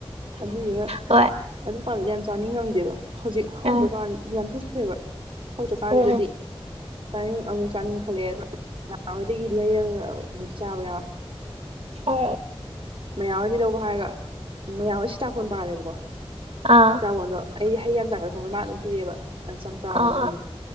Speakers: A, on the right (about 55°); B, on the right (about 85°).
A: ꯑꯗꯨꯗ
B: ꯍꯣꯏ
A: ꯑꯗꯨ ꯐꯅꯗꯤ ꯌꯥꯝ ꯆꯥꯅꯤꯡꯉꯝꯗꯦꯗꯣ ꯍꯧꯖꯤꯛ ꯍꯧ
B: ꯎꯝ
A: ꯀꯥꯟꯊ ꯑꯣꯏꯕ ꯍꯧꯗ꯭ꯔꯀꯥꯟꯁꯤꯗꯗꯤ
B: ꯎꯝ
A: ꯆꯥꯅꯤꯡ ꯑꯃꯨꯛ ꯆꯥꯅꯤꯡꯈꯠꯂꯑꯦꯅ ꯅꯍꯥꯟ ꯍꯣꯏꯗꯒꯤ ꯂꯩꯔꯒ ꯑꯃꯨꯛ ꯆꯥꯕ ꯌꯥꯎꯋꯦ
B: ꯍ
A: ꯃꯌꯥꯝꯍꯗꯤ ꯂꯧꯕ ꯍꯥꯏꯔꯒ ꯃꯌꯥꯍꯣꯏ ꯁꯤꯇꯥꯥꯛꯈꯣꯟ ꯄꯥꯜꯂꯦꯕꯀꯣ
B: ꯑꯥ
A: ꯁꯤꯇꯥꯕꫭꯟꯗꫭ ꯑꯩ ꯍꯩ ꯌꯥꯝ ꯆꯥꯡꯒꯠ ꯊꯣꯡꯕꯩ ꯃꯥꯅ ꯑꯗꯨꯝ ꯄꯤꯔꯦꯕ ꯆꯝꯇ꯭ꯔꯒꯨꯝꯕꯁꯦ
B: ꯑꯥ ꯑꯥ